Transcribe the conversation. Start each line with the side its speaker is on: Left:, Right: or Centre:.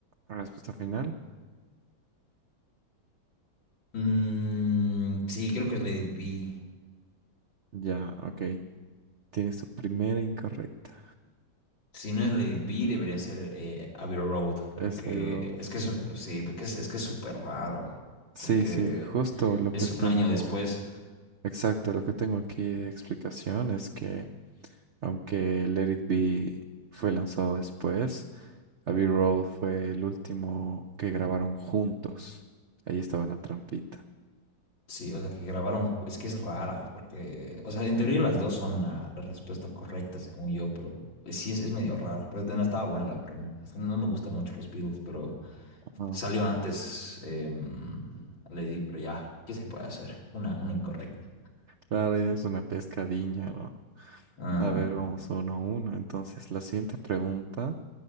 Right: respuesta final.
Left: Mm, sí, creo que es Let It Be.
Right: Ya, ok. Tienes tu primera incorrecta.
Left: Si no es Lady B, debería ser eh, Abbey Road,
Right: Es
Left: porque
Right: Abbey Road.
Left: es que es, sí, porque es, es que es súper raro,
Right: Sí,
Left: porque
Right: sí, justo lo
Left: es
Right: que tengo,
Left: un año después,
Right: exacto, lo que tengo aquí de explicación es que aunque Let It Be fue lanzado después, Abbey Road fue el último que grabaron juntos. Ahí estaba la trampita.
Left: sí, o sea, que grabaron, ju- es que es rara, porque, o sea, en teoría las dos son la, la respuesta correcta, según yo, pero sí es, es medio rara, pero no estaba buena la pregunta, es que no me gustan mucho los Beatles, pero
Right: Ajá.
Left: salió antes em, Lady, pero ya, ¿qué se puede hacer? Una, una incorrecta.
Right: Claro, y es una pescadilla, ¿no?
Left: Ah,
Right: A ver, vamos uno a uno. Entonces, la siguiente pregunta,